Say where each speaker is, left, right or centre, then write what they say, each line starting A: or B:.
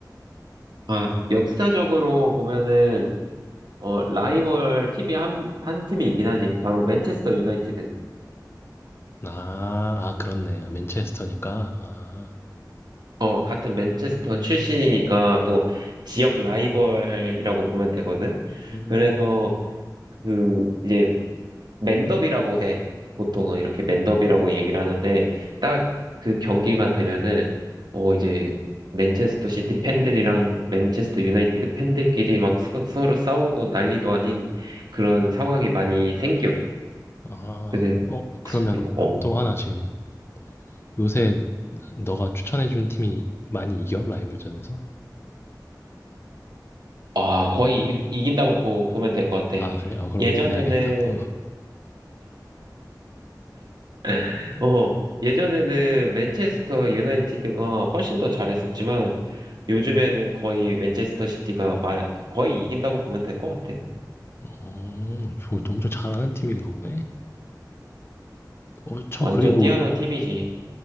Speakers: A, on the right; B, on the left.
A: 아, 역사적으로 보면은, 어, 라이벌 팀이 한, 한 팀이 있긴 하지. 바로 맨체스터 유나이티드.
B: 아. 아 그렇네. 아 맨체스터니까. 아.
A: 어, 같은 맨체스터
B: 음.
A: 출신이니까 또 지역 라이벌이라고 보면
B: 음.
A: 되거든.
B: 음.
A: 그래서 그, 이제 맨더비라고 해. 보통은 이렇게 맨더비라고 얘기를 하는데, 딱 그 경기만 되면은, 어, 이제, 맨체스터 시티 팬들이랑 맨체스터 유나이티드 팬들끼리 막 서, 서로 싸우고 난리도 아닌 그런 상황이 많이 생겨.
B: 아.
A: 근데,
B: 어 그러면
A: 어,
B: 또 하나 질문. 요새 너가 추천해 준 팀이 많이 이겨? 라이벌전에서?
A: 아, 거의 이, 이긴다 먹고 보면 될 것 같아.
B: 아 그래? 아 그럼
A: 예전에는
B: 응원해야겠다. 어.
A: <laughs> 어, 예전에는 맨체스터 유나이티드가 훨씬 더 잘했었지만 요즘에는 거의 맨체스터 시티가 마, 거의 이긴다고 보면 될 것 같아.
B: 어. 저 엄청 잘하는 팀인가 보네. 어 참
A: 완전
B: 그리고
A: 뛰어난 팀이지.